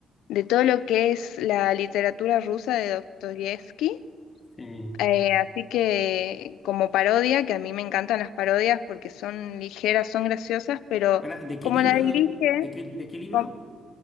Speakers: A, on the left (about 85°); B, on the left (about 30°).
A: de todo lo que es la literatura rusa de Dostoyevsky.
B: Sí.
A: Eh, así que como parodia, que a mí me encantan las parodias porque son ligeras, son graciosas, pero
B: Pará, ¿de qué
A: como
B: libro?
A: la dirige,
B: ¿De qué, de qué libro?
A: com-